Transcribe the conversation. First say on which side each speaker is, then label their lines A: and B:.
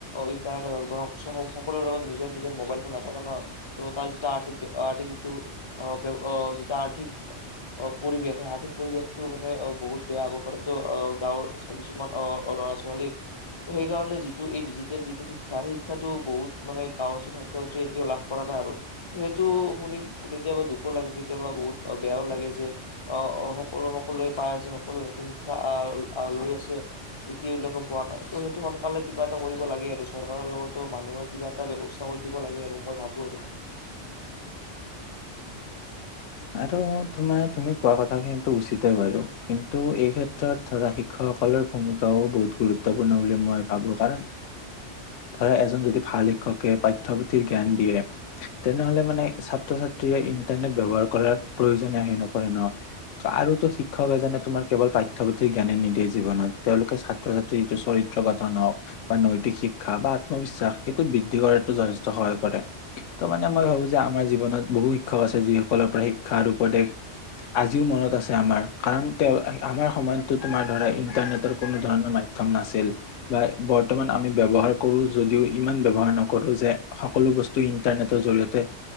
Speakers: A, on the left; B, on the left.
A: ইণ্টাৰনেট হওঁক বা সকলোৰে লগত নিজৰ মোবাইল ফোন নাথাকে ন ত' তাৰ যিটো আৰ্থিক আৰ্থিক যিটো অ ব্য যিটো আৰ্থিক পৰিৱেশ সেই আৰ্থিক পৰিৱেশটো মানে অ বহুত বেয়া হ'ব পাৰে ত' গাঁৱৰ কিছুমান অ অ ল'ৰা ছোৱালী সেইকাৰণে যিটো এই ডিজিটেল যিটো শিক্ষা সেই শিক্ষাটো বহুত মানে গাঁও অঞ্চলত ছাত্ৰ ছাত্ৰীয়ে এতিয়াও লাভ কৰা নাই আৰু ত' সেইটো শুনি কেতিয়াবা দুখো লাগে কেতিয়াবা বহুত বেয়াও লাগে যে স সকলো সকলোৱে পাই আছে সকলোৱে নতুন শিক্ষা আ লৈ আছে তেওঁলোকে পোৱা নাই ত' সেইটো সোনকালে কিবা এটা কৰিব লাগে আৰু চৰকাৰৰ লগতো মানুহৰ কিবা এটা এটা ব্যৱস্থা কৰি দিব লাগে আৰু মই ভাবো আৰু
B: আৰু তোমাৰ তুমি কোৱা কথাখিনি টো উচিতে বাৰু কিন্তু এই ক্ষেত্ৰত ধৰা শিক্ষকসকলৰ ভূমিকাও বহুত গুৰুত্বপূৰ্ণ বুলি মই ভাবো কাৰণ ধৰা এজন যদি ভাল শিক্ষকে পাঠ্যপুথিৰ জ্ঞান দিয়ে তেনেহলে মানে ছাত্ৰ ছাত্ৰীয়ে ইণ্টাৰনেট ব্যৱহাৰ কৰাৰ প্ৰয়োজন আহি নপৰে ন আৰু তো শিক্ষক এজনে তোমাৰ কেৱল পাঠ্যপুথিৰ জ্ঞানে নিদিয়ে জীৱনত তেওঁলোকে ছাত্ৰ ছাত্ৰী যিটো চৰিত্ৰ গঠন হওঁক বা নৈতিক শিক্ষা বা আত্মবিশ্বাস সেইটো বৃদ্ধি কৰাতো যথেষ্ট সহায় কৰে ত মানে মই ভাবো যে আমাৰ জীৱনত বহু শিক্ষক আছে যি সকলৰ পৰা শিক্ষা আৰু উপদেশ আজিও মনত আছে আমাৰ কাৰণ তেওঁ আমাৰ সময়ততো তোমাৰ ধৰা ইণ্টাৰনেটৰ কোনো ধৰণৰ মাধ্যম নাছিল বা বৰ্তমান আমি ব্যৱহাৰ কৰোঁ যদিও ইমান ব্যৱহাৰ নকৰোঁ যে সকলো বস্তু ইন্টাৰনেটৰ জৰিয়তে